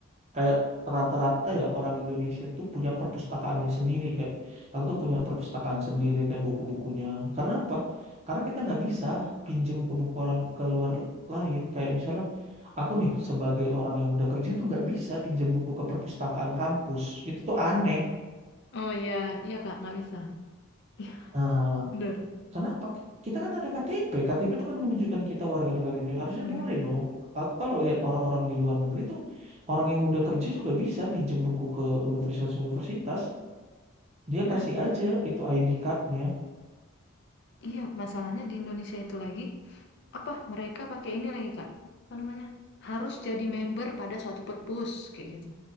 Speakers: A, on the right; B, on the left.
A: Kayak rata-rata ya orang Indonesia itu punya perpustakaannya sendiri. Kayak aku tuh punya perpustakaan sendiri kayak buku-bukunya. Karena apa? Karena kita nggak bisa pinjem ke buku orang ke luar lain. Kayak misalnya aku nih sebagai orang yang udah kerja tuh nggak bisa pinjem buku ke perpustakaan kampus. Itu tuh aneh.
B: Oh iya, iya Kak, nggak bisa. Iya,
A: Nah,
B: benar
A: kenapa? Kita kan ada KTP. KTP itu kan menunjukkan kita warga negara Indonesia. Harusnya
B: Ada Mas.
A: boleh dong. Aku kalau lihat orang-orang di luar negeri tuh, orang yang udah kerja juga bisa pinjem buku ke universitas-universitas. Dia
B: Nah,
A: kasih aja itu ID cardnya.
B: iya masalahnya di Indonesia itu lagi apa mereka pakai ini lagi Kak? Apa namanya? Harus jadi member pada suatu perpus kayak gitu.